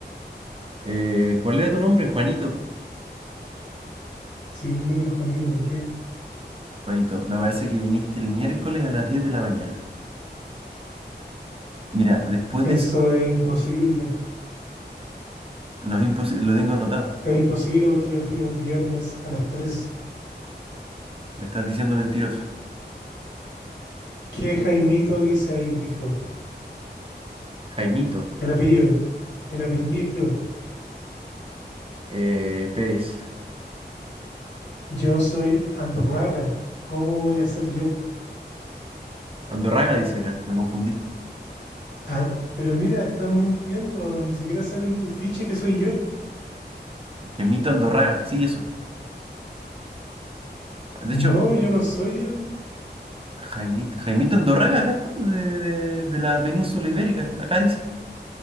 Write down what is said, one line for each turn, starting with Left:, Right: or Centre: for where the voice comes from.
Right: Eh, ¿cuál era tu nombre? Juanito.
Left: Sí, mi nombre es Juanito, ¿por qué?
Right: Juanito, me parece que viniste el miércoles a las 10 de la mañana. Mira, después
Left: Eso
Right: de eso,
Left: es imposible.
Right: no es imposible, lo tengo anotado.
Left: Es imposible porque yo fui un viernes a las 3.
Right: Me estás diciendo mentiroso.
Left: ¿Qué Jaimito dice ahí que fue?
Right: Jaimito
Left: El apellido, el apellido.
Right: eh, Pérez.
Left: Yo soy Andorraga. ¿Cómo voy a ser yo?
Right: Andorraga dice acá, me confundí.
Left: Ah, pero mira, estás mintiendo. Ni siquiera sale en tu ficha que soy yo.
Right: Jaimito Andorraga, sí, eso. De
Left: No,
Right: hecho,
Left: yo no soy él.
Right: Jaimito, Jaimito Andorraga, acá está, de, de- de la península ibérica, acá dice.